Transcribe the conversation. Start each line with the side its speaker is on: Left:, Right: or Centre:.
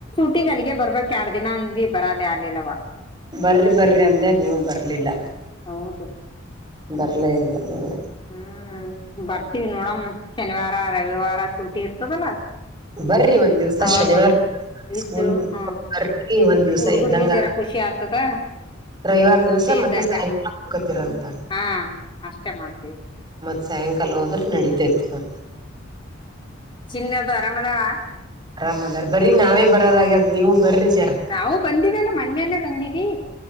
Left: ತ್ತ ಅಲ್ಲಿಗೆ ಬರ್ಬೇಕಕ್ ಎರಡ್ ದಿನ ಅಂದ್ ಬರದೇ ಆಗ್ಲಿಲ್ಲವ
Right: ಬರ್ರಿ ಬರ್ರಿ ಅಂದೆ ನೀವು ಬರ್ಲಿಲ್ಲ
Left: ಹೌದು
Right: ಬರ್ಲ ಇಲ್ಲ ನೀವು
Left: ಹ್ಮ್ ಬರ್ತೀವಿ ನೋಡಮ ಶನಿವಾರ ರವಿವಾರ ಸೂಟಿ ಇರ್ತದಲ್ಲ <inaudible>
Right: ಬರ್ರಿ ಒಂದ್ ದಿವ್ಸ
Left: ಅವಾಗ
Right: ಶನಿವಾರ
Left: ಇದ್ದು
Right: ಸ್ಕೂಲ್
Left: ಹ್ಮ
Right: ಬರ್ರಿ ಒಂದ್ ದಿವ್ಸ
Left: ಹುಡುಗುರ್ಗ
Right: ಇದ್ದಂಗ
Left: ಜರಾ ಖುಷಿ ಆಗ್ತದ
Right: ರವಿವಾರ ದಿವ್ಸ
Left: ಸೂಟಿ ಇದ್ದಾಗ
Right: ಮತ್ತೆ ಸಾಯಕಾಲ ಹಾಕತಿರಂತ
Left: ಹಾ ಅಷ್ಟೇ ಮಾಡ
Right: ಮತ್ ಸಾಯಂಕಾಲ ಹೋದ್ರ ನಡೀಿತೇತ್ ಮತ್ತ
Left: ಚಿನ್ನದದು ಆರಾಮ ಅದಳ
Right: ಆರಾಮ್ ಅದಾರ ಬರೀ ನಾವೇ ಬರೋದ್ಯ ನೀವು ಬರ್ರಿ ಜರ
Left: ನಾವು ಬಂದಿವ ಅಲ್ಲ ಮೊನ್ನೇನೆೇ ಬಂದೀಿವವಿ